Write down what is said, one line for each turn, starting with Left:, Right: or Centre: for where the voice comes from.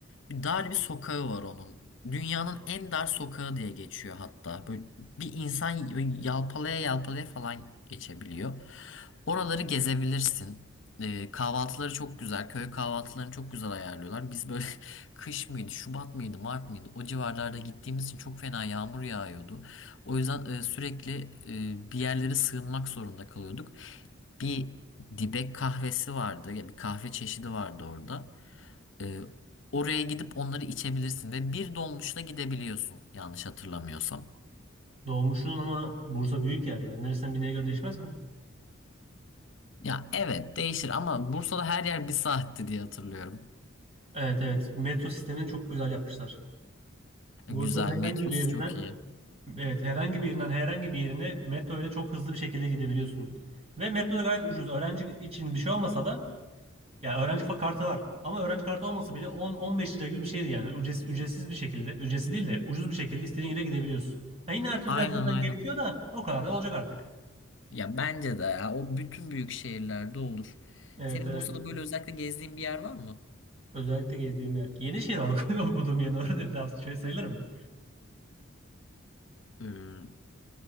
Left: Bir dar bir sokağı var onun. Dünyanın en dar sokağı diye geçiyor hatta. Böyle bir insan yalpalaya yalpalaya falan geçebiliyor. Oraları gezebilirsin. Ee, kahvaltıları çok güzel. Köy kahvaltılarını çok güzel ayarlıyorlar. Biz böyle <laughs> kış mıydı, Şubat mıydı, Mart mıydı? O civarlarda gittiğimiz için çok fena yağmur yağıyordu. O yüzden e, sürekli e, bir yerlere sığınmak zorunda kalıyorduk bir dibek kahvesi vardı ya bir kahve çeşidi vardı orada. Ee, oraya gidip onları içebilirsin ve bir dolmuşla gidebiliyorsun yanlış hatırlamıyorsam.
Right: Doğmuşsun ama Bursa büyük yer ya. Neresinden bineye göre değişmez mi?
Left: Ya evet değişir ama Bursa'da her yer bir saatti diye hatırlıyorum.
Right: Evet evet. Metro sistemini çok güzel yapmışlar. Bursa'nın
Left: E, Güzel
Right: herhangi
Left: metrosu
Right: bir yerinden
Left: çok iyi.
Right: Evet herhangi bir yerinden herhangi bir yerine metro ile çok hızlı bir şekilde gidebiliyorsun. Ve metro da gayet ucuz. Öğrenci için bir şey olmasa da yani öğrenci fa- kartı var. Ama öğrenci kartı olmasa bile 10-15 lira gibi bir şeydi yani. Ücretsiz, ücretsiz bir şekilde, ücretsiz değil de ucuz bir şekilde istediğin yere gidebiliyorsun. Yani yine her türlü
Left: Aynen
Right: biraz yürümen
Left: aynen.
Right: gerekiyor da o kadar da olacak artık.
Left: Ya bence de ya, o bütün büyük şehirlerde olur.
Right: Evet
Left: Senin
Right: evet.
Left: Bursa'da böyle özellikle gezdiğin bir yer var mı?
Right: Özellikle gezdiğim yer. Yenişehir var <laughs> okuduğum yerin orada etrafı şey sayılır mı?
Left: Ee,